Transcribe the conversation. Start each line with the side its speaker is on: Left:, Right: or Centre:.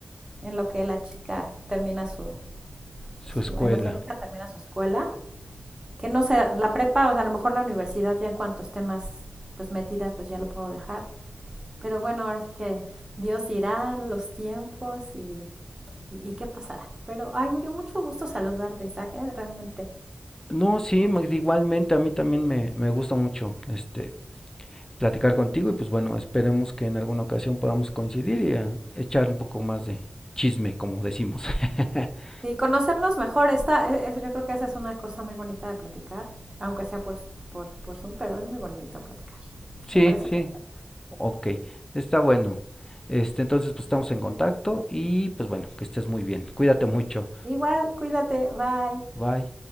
Right: en lo que la chica termina su,
Left: su escuela.
Right: su en lo que mi hija termina su escuela que no sé, la prepa, o sea, a lo mejor la universidad ya en cuantos temas pues metida, pues ya lo puedo dejar. Pero bueno, ahora sí que Dios dirá los tiempos y, y, y qué pasará. Pero, ay, me dio mucho gusto saludarte, Isaac, eh, realmente,
Left: No, sí,
Right: mucho.
Left: ma- igualmente a mí también me, me gusta mucho este platicar contigo y pues bueno, esperemos que en alguna ocasión podamos coincidir y eh, echar un poco más de chisme, como decimos. <laughs>
Right: Y conocernos mejor, está, eso yo creo que esa es una cosa muy bonita de platicar, aunque sea por, por, por Zoom, pero es muy bonito platicar.
Left: Sí,
Right: Me parece
Left: sí.
Right: perfecto.
Left: Ok, está bueno. Este, entonces pues estamos en contacto y pues bueno, que estés muy bien. Cuídate mucho.
Right: Igual, cuídate, bye.
Left: Bye.